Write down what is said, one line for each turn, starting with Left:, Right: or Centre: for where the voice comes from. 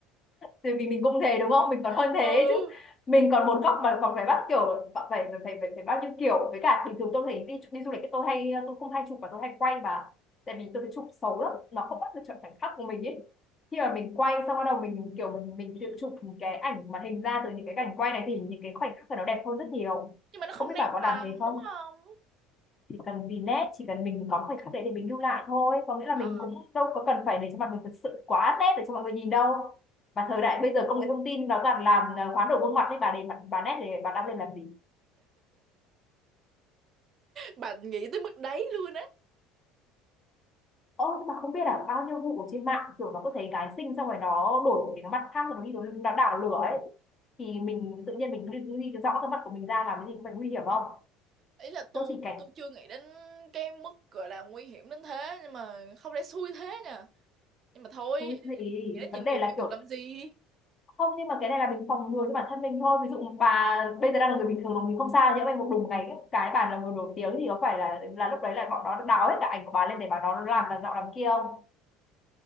Left: thì vì mình cũng thế đúng không mình còn
Right: <laughs>
Left: hơn thế
Right: ừ
Left: chứ mình còn một góc mà còn phải bắt kiểu phải phải phải phải, phải bao nhiêu kiểu với cả bình thường tôi thấy đi đi du lịch tôi hay tôi không hay chụp mà tôi hay quay mà tại vì tôi thấy chụp xấu lắm nó không bắt được chuẩn khoảnh khắc của mình ấy khi mà mình quay xong bắt đầu mình kiểu mình mình tự chụp những cái ảnh màn hình ra từ những cái cảnh quay này thì những cái khoảnh khắc của nó đẹp hơn rất nhiều
Right: nhưng mà nó không
Left: không biết
Right: nét
Left: bạn có làm
Right: bằng
Left: thế không
Right: đúng không
Left: chỉ cần vì nét chỉ cần mình có khoảnh khắc đấy để mình lưu lại thôi có nghĩa là
Right: Ờ,
Left: mình cũng đâu có cần phải để cho mặt mình thật sự quá nét để cho mọi người nhìn đâu mà thời đại bây giờ công nghệ thông tin nó toàn làm à, hoán đổi gương mặt đấy bà để mặt bà nét để bà đăng lên làm gì
Right: bạn nghĩ tới mức đấy luôn á
Left: ô nhưng mà không biết là bao nhiêu vụ ở trên mạng kiểu nó có thấy gái xinh xong rồi nó đổi một cái mặt khác rồi nó đi đổi nó đảo lửa ấy thì mình tự nhiên mình đi ghi cái rõ cái mặt của mình ra làm cái gì cũng phải nguy hiểm không
Right: ý là tôi
Left: đâu chỉ cảnh
Right: tôi chưa nghĩ đến cái mức gọi là nguy hiểm đến thế nhưng mà không lẽ xui thế nè nhưng mà thôi
Left: thú gì
Right: nghĩ đến nhìn
Left: vấn đề
Right: điều
Left: là
Right: tiêu
Left: kiểu
Right: cực làm gì
Left: không nhưng mà cái này là mình phòng ngừa cho bản thân mình thôi ví dụ bà bây giờ đang là người bình thường rồi mình không sao nhỡ may một đùng ngày cái bà là người nổi tiếng thì có phải là là lúc đấy là bọn nó đào hết cả ảnh của bà lên để bà nó làm làm giọng làm kia không